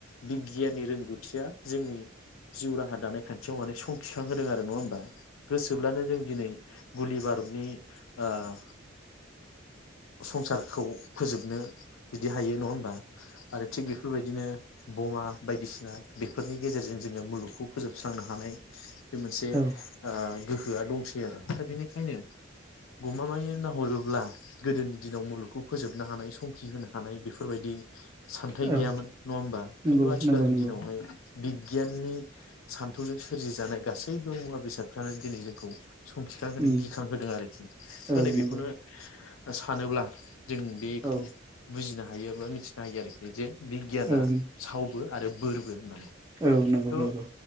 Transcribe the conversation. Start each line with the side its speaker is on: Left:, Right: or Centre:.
Left: बिगियाननि रोंगौथिया जोंनि जिउ राहा दानाय खान्थियाव स समखिखांहोदों आरो नङा होमबा? गोसोब्लानो जों दिनै गुलि बारुद नि ओं संसारखौ फोजोबनो बिदि हायो नङा होमबा? आरो थिग बेफोर बायदिनो। बमा बायदिसिना बेफोरनि गेजेरजों जोङो मुलुगखौ फोजोबस्रांनो हानाय। बे मोनसे ओ
Right: औ
Left: गोहोआ दंसै आरो दा बेनिखायनो गमामायै नाहरोब्ला गोदोनि दिनाव मुलुगखौ फोजोबनो हानाय संखि होनो हानाय बेफोर बायदि सानथाय
Right: औ
Left: गैयामोन नङा होमबा
Right: नंगौ
Left: खिन्थु आथिखालनि
Right: नंगौ नंगौ
Left: दिनावहाय। बिगियाननि सान्थौजों सोरजिजानाय गासैबो मुवा बेसादफ्रानो दिनै जोंखौ संखिखां होदों
Right: उम
Left: गिखां होदों आरोखि त
Right: औ
Left: नै
Right: नंगौ
Left: बेखौनो सानोब्ला जों बेखौ
Right: औ
Left: बुजिनो हायो। मिथिनो हायो आरो बे जे बिगियाना
Right: औ
Left: सावबो आरो बोरबो होननानै।
Right: औ नंगौ
Left: थ'
Right: नंगौ।